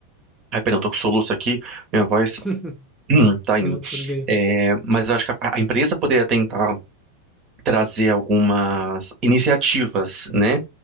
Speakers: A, on the right; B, in the centre.
A: Ai, perdão, tô com soluço aqui, minha voz.
B: <laughs>
A: <clears throat> Hum, tá indo.
B: Não, tudo bem.
A: É, mas eu acho que a, a empresa poderia tentar trazer algumas iniciativas, né,